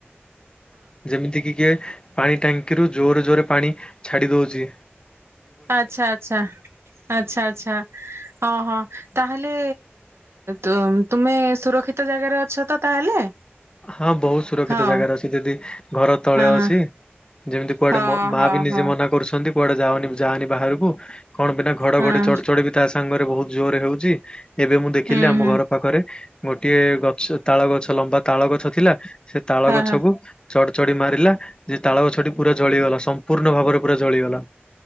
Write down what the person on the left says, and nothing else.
ଯେମିତିକି କିଏ ପାଣି ଟାଙ୍କିରୁ ଜୋରେ ଜୋରେ ପାଣି ଛାଡ଼ିଦୋଉଚି।
ହଁ ବହୁତ ସୁରକ୍ଷିତ
ଜାଗାରେ ଅଛି ଦିଦି ଘର ତଳେ
ଅଛି। ଯେମିତି କୁଆଡେ
ମୋ ମା
ବି ନିଜେ
ମନା କରୁଛନ୍ତି କୁଆଡେ ଯାଅ ଯାଆନି ବାହାରକୁ କଣ ବିନା ଘଡ
ଘଡ ଚଢଚଢ଼ି ବି ତା ସାଙ୍ଗରେ ବହୁତ ଜୋର ହେଉଚି ଏବେ ମୁଁ ଦେଖିଲି
ଆମ
ଘର ପାଖରେ ଗୋଟିଏ ଗଛ ତାଳ ଗଛ ଲମ୍ବା ତାଳ ଗଛ ଥିଲା ସେ ତାଳ
ଗଛକୁ
ଚଢ ଚଢି ମାରିଲା ଯେ ତାଳ ଗଛଟି ପୁରା ଜଝଳିଗଲା ସମ୍ପୂର୍ଣ୍ଣ ଭାବରେ ପୁରା ଜଳିଗଲା।